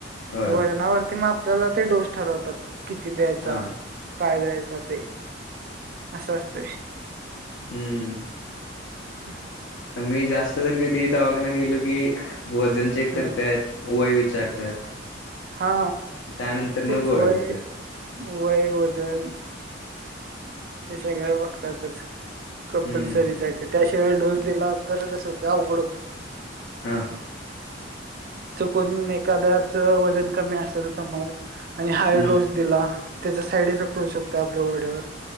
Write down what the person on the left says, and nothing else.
होय
हा
हम्म.
मी जास्त तर कधी दवाखान्यात गेलो की. वजन चेक
करत्यात वय विचारतात.
त्यानंतर न
गोळ्या
देतात
हम्म
हा.
हम्म